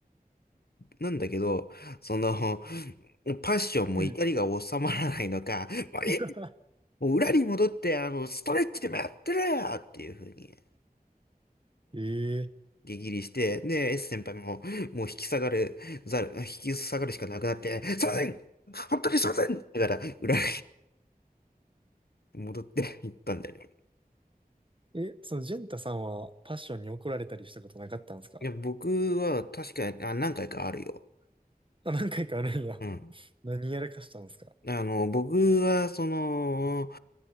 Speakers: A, on the left; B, on the right.
A: なんだけど、その、パッションも怒りが収まらないのか、
B: うん。
A: もうえ
B: <laughs>
A: もう裏に戻って、あの、ストレッチでもやってるよっていう風に。
B: え
A: 激ギリして、で、S 先輩も、もう引き下がる、ざる、引き下がるしかなくなって、すいません本当にすいませんだから、裏に戻って行ったんだよね。
B: ええ、そのジェンタさんはパッションに怒られたりしたことなかったんですか
A: いや、僕は確かに、あ、何回かあるよ。
B: <laughs> あ、何回かあるんや。
A: うん。
B: <laughs> 何やらかしたんですか
A: あの、僕は、その、